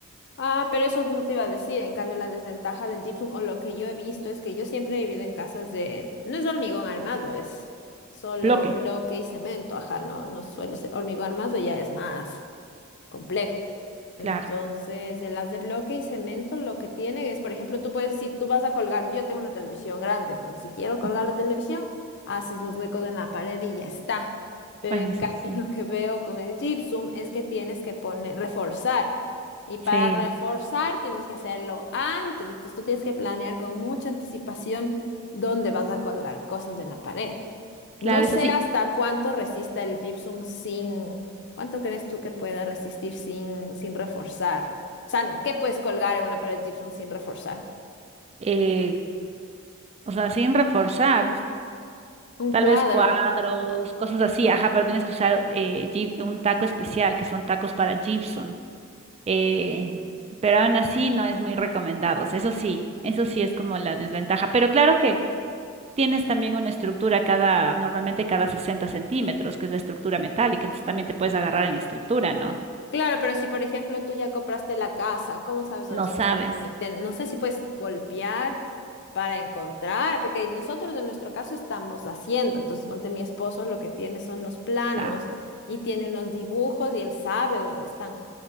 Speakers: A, on the left; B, on the right.
A: Ah, pero eso justo te iba a decir. En cambio, la desventaja del gypsum o lo que yo he visto es que yo siempre he vivido en casas de... No es hormigón armado, es solo
B: Bloque.
A: bloque y cemento. Ajá, no, no suele ser hormigón armado, ya es más complejo.
B: Claro.
A: Entonces, en las de bloque y cemento lo que tienen es, por ejemplo, tú puedes, si tú vas a colgar, yo tengo una televisión grande, entonces si quiero colgar
B: Ujú.
A: la televisión, haces los huecos en la pared y ya está. Pero
B: Bueno,
A: en
B: eso
A: cambio,
B: sí.
A: <laughs> lo que veo con el gypsum es que tienes que poner, reforzar. Y para
B: Sí,
A: reforzar tienes que hacerlo antes, entonces tú tienes que planear con mucha anticipación dónde vas a colgar cosas en la pared.
B: claro,
A: No sé
B: eso sí.
A: hasta cuánto resista el gypsum sin, ¿cuánto crees tú que pueda resistir sin, sin reforzar? O sea, ¿qué puedes colgar en una pared de gypsum sin reforzar?
B: Eh, o sea, sin reforzar.
A: Un
B: Tal
A: cuadro.
B: vez cuadros, cosas así, ajá, pero tienes que usar eh, gy- un taco especial, que son tacos para gypsum. eh, pero aún así no es muy recomendado. O sea, Eso sí, eso sí es como la desventaja. Pero claro que tienes también una estructura cada, normalmente cada 60 centímetros, que es la estructura metálica, entonces también te puedes agarrar en la estructura, ¿no?
A: Claro, pero si por ejemplo tú ya compraste la casa, ¿cómo sabes dónde
B: No
A: está
B: sabes.
A: la estructura? Me- te- No sé si puedes golpear para encontrar, porque nosotros en nuestro caso estamos haciendo. Entonces, ponte mi esposo, lo que tiene son los planos
B: Ah,
A: y tiene unos dibujos y él sabe dónde están.